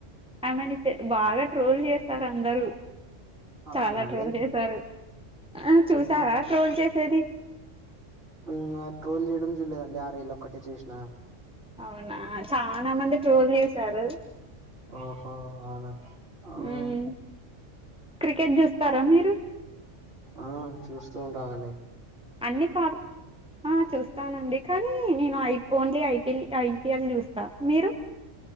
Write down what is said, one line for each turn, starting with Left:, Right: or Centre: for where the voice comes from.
Centre: ఆమెనితే బాగా ట్రోల్ జేస్తార్ అందరు
Right: అవునా
Centre: చాలా
Right: అండి
Centre: ట్రోల్ జేసారు, ఆ చూసారా
Right: ఉమ్,
Centre: ట్రోల్ చేసేది.
Right: ఉమ్ ఆ ట్రోల్ చేయడం చూడలేదండి, ఆ రీల్ ఒక్కటే చూసినా.
Centre: అవునా, చానా మంది ట్రోల్ జేసారు.
Right: ఓహో అవునా ఉమ్
Centre: మ్మ్. క్రికెట్ జుస్తారా మీరు
Right: ఆ చూస్తూ ఉంటానండి
Centre: అన్ని సారు ఆ చూస్తానండి కానీ నేను I only I P L I P L జూస్తా మీరు